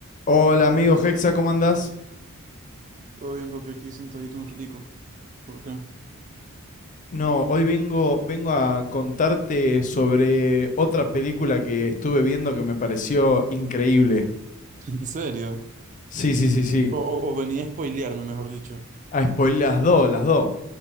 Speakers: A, on the left; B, on the right.
A: Hola amigo Hexa, ¿cómo andás?
B: Todo bien, papi, aquí sentadito un ratico. ¿Por qué?
A: No, hoy vengo, vengo a contarte sobre otra película que estuve viendo que me pareció increíble.
B: <laughs> ¿En serio?
A: Sí, sí, sí, sí.
B: O, o, o venía a spoilearme, mejor dicho.
A: Ah, spoiler, las dos, las dos.